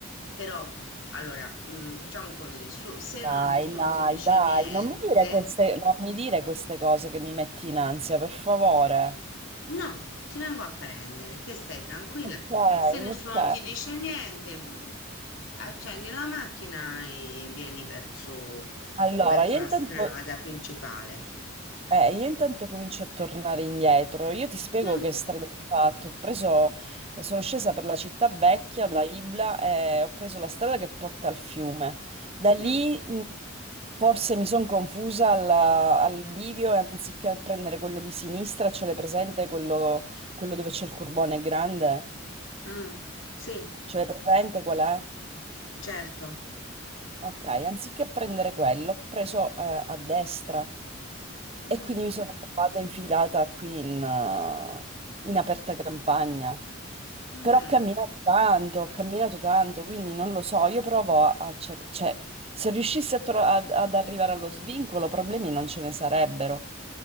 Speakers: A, on the left; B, on the right.
A: però, allora, mm, facciamo così, su- se
B: Dai,
A: non- nessuno
B: dai,
A: ti dice
B: dai,
A: niente...
B: non mi dire queste, non mi dire queste cose che mi metti in ansia, per favore.
A: No, ti vengo a prendere, te stai tranquilla.
B: Ok,
A: Se nessuno
B: ok.
A: ti dice niente, mm, accendi la macchina e vieni verso,
B: Allora,
A: verso
B: io
A: la
B: intanto,
A: strada principale.
B: Eh, io intanto comincio a tornare indietro. Io ti spiego
A: Mm,
B: che strada ho fatto. Ho preso, eh, sono scesa per la città vecchia da Ibla e ho preso la strada che porta al fiume. Da lì
A: mm,
B: mh, forse mi sono confusa alla- al bivio e anziché prendere quello di sinistra, ce l'hai presente quello, quello dove c'è il curbone grande?
A: mm, Sì,
B: Ce l'hai presente qual è?
A: certo.
B: Ok, anziché prendere quello, ho preso eh, a destra.
A: Mm,
B: E quindi mi sono trovata infilata qui in, eh, in aperta campagna.
A: mm,
B: Però ho camminato tanto, ho camminato tanto, quindi non lo so, io provo a, a cer- cioè, se riuscissi a tro- ad, ad arrivare allo svincolo, problemi non ce ne sarebbero.